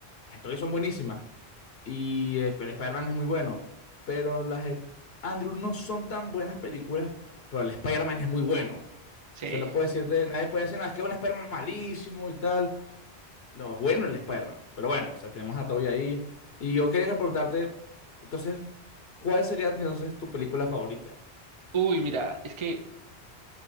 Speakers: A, on the left; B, on the right.
A: las de Toy son buenísimas. Y eh, el Spider-Man es muy bueno. Pero las de Andrew no son tan buenas películas. Pero el Spider-Man es muy bueno. O
B: Sí.
A: sea, no puede decirte, nadie puede decir, no, es que es un Spider-Man malísimo y tal. No, es bueno el Spider-Man. Pero bueno, o sea, tenemos a Toby ahí. Y yo quería preguntarte, entonces, ¿cuál sería entonces tu película favorita?
B: Uy, mira, es que